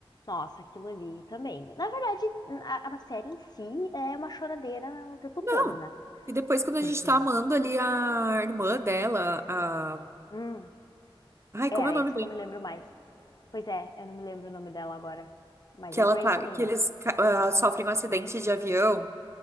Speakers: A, on the left; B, on the right.
A: Nossa, aquilo ali também. Na verdade, a, a série em si é uma choradeira o tempo
B: Não,
A: todo, né?
B: e depois quando a
A: Porque.
B: gente tá amando ali a irmã dela, a.
A: Hum,
B: Ai,
A: é,
B: como é o nome
A: essa
B: dela?
A: eu não me lembro mais. Pois é, eu não me lembro o nome dela agora. Mas
B: Que
A: é
B: ela
A: Grey
B: tá,
A: também,
B: que
A: né?
B: eles ca- ah, sofrem um acidente de avião,